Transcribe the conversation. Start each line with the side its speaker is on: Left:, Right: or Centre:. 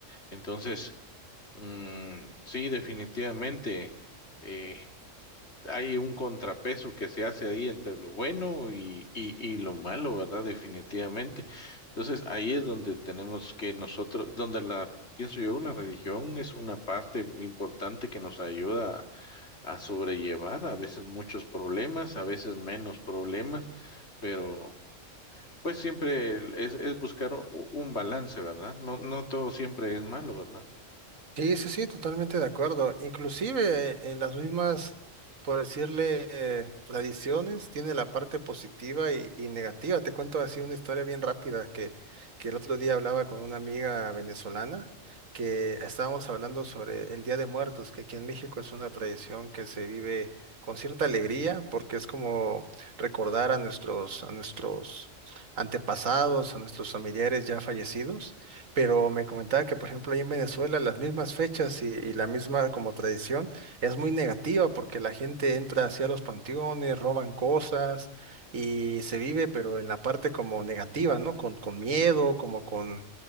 Left: Entonces, mm, sí, definitivamente eh, hay un contrapeso que se hace ahí entre lo bueno y, y, y lo malo, ¿verdad? Definitivamente. Entonces, ahí es donde tenemos que nosotros, donde la... Pienso yo, la religión es una parte importante que nos ayuda a sobrellevar, a veces muchos problemas, a veces menos problemas, pero pues siempre el- es, es buscar u- un balance, ¿verdad? No, no todo siempre es malo, ¿verdad?
Right: Sí, sí, sí, totalmente de acuerdo. Inclusive eh, en las mismas, por decirle, eh, tradiciones, tiene la parte positiva y, y negativa. Te cuento así una historia bien rápida que, que el otro día hablaba con una amiga venezolana que estábamos hablando sobre el Día de Muertos, que aquí en México es una tradición que se vive con cierta alegría porque es como recordar a nuestros, a nuestros antepasados, a nuestros familiares ya fallecidos pero me comentaba que, por ejemplo, ahí en Venezuela las mismas fechas y, y la misma como tradición es muy negativa porque la gente entra hacia los panteones, roban cosas y se vive, pero en la parte como negativa, ¿no? Con, con miedo, como con,